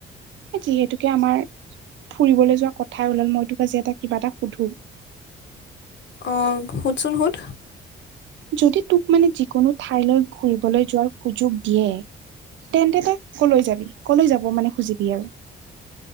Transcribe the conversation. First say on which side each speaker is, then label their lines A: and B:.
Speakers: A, on the right; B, on the left.
A: যিহেতোকে আমাৰ ফুৰিবলৈ যোৱা কথাই ওলাল মই তোক আজি এটা কিবা এটা সুধো
B: অ সুধচোন সুধ
A: যদি তোক মানে যিকোনো ঠাইলৈ ঘুৰিবলৈ যোৱাৰ সুযোগ দিয়ে তেন্তে তাক কলৈ যাবি, কলৈ যাব মানে খুজিবি আও